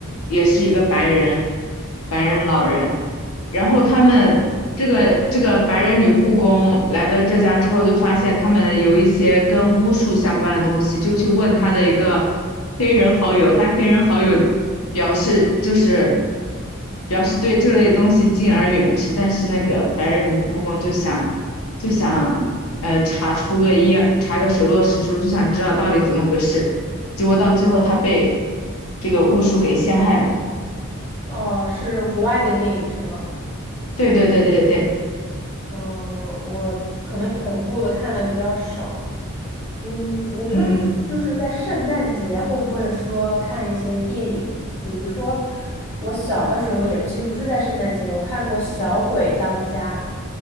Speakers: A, on the left; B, on the left.
A: 也是一个白人，白人老人，然后他们这个这个白人女护工来了这家之后，就发现他们有一些跟巫术相关的东西，就去问他的一个黑人好友，他黑人好友表示就是表示对这类东西敬而远之，但是那个白人女护工就想。就想呃查出个一二查个水落石出，就想知道到底怎么回事。结果到最后他被这个巫术给陷害了。
B: 哦，是国外的电影是吗？
A: 对对对对对，
B: 哦，我我可能恐怖的看的比较少。嗯，我不知道，
A: 嗯，
B: 就是在圣诞节会不会说看一些电影，比如说我小的时候也不，其实不是在圣诞节，我看过《小鬼当家》，